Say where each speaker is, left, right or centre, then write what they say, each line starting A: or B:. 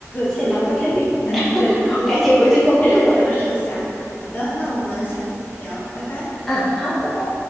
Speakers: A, on the left (about 35°); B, in the centre.
A: 自
B: 先聊到这里，
A: <laughs>
B: <laughs>
A: 对就自己
B: 我赶紧回去做功课。
A: <laughs> 尝试一下。好的，那我们下次再聊，拜拜。
B: 嗯，好，拜拜。